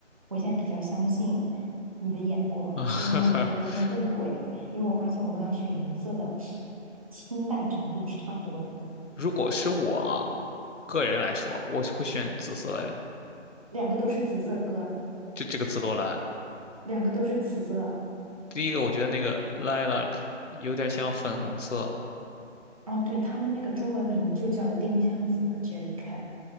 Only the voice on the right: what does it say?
我现在比较相信你的眼光，
因为我昨天问过你，因为我发现我们俩选颜色的清淡程度是差不多的，
两个都是紫色哥，
两个都是紫色。
哦，对，他们那个中文名就叫丁香紫的 Jellycat。